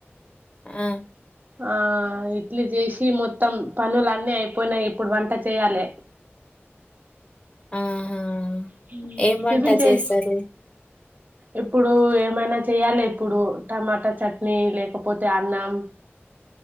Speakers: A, on the left (about 25°); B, on the right (about 40°).
A: ఆ
B: ఆ ఇడ్లీ చేసి మొత్తం పనులు అన్నీ అయిపోయినాయి ఇప్పుడు వంట చేయాలి
A: ఆహా.
B: హుమ్
A: ఏం వంట
B: టిఫిన్ చెయ్
A: చేస్తారు
B: ఇప్పుడు ఏమైనా చెయాలి ఇప్పుడు టమాటా చట్నీ లేకపోతే అన్నం